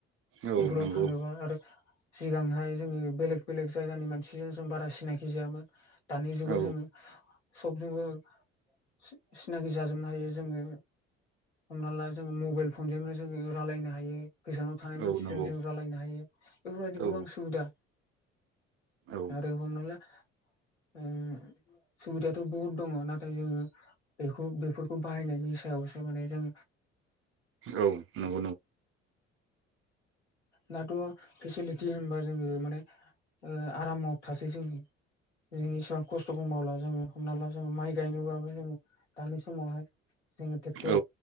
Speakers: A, on the right (about 40°); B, on the left (about 80°).
A: औ
B: बेफोराव
A: नंगौ
B: थांनोबा आरो सिगांहाय जोंङो बेलेग बेलेग। जायगानि मानसिजों जों बारा सिनाखि जायामोन दानि जुगाव
A: औ
B: जोंङो सबजोंबो। सि सिनाखि जाजोबनो हायो जोंङो। हमना ला जोंङो मबाइल फनजोंनो जोंङो रालायनो हायो गोजानाव थानाय
A: औ
B: मानसिजों
A: नंगौ
B: जों रालायनो हायो। इफोरबायदि
A: औ
B: गोबां सुबिदा
A: औ
B: आरो हमना ला। ओम सुबिदायाथ' बहुद दंङ नाथाय जोंङो बेखौ बेफोरखौ बाहायनायनि सो सायावसो माने जों
A: औ नंग।
B: दाथ' पिसिल्थि होनबा जोंङो माने ओ आरामाव थासै जोंङो। जों इसेबां खस्थ'बो मावला जों हमना ला जों माइ गायनोबाबो जों दानि समावहाय। जोंङो ट्रेक्टर
A: औ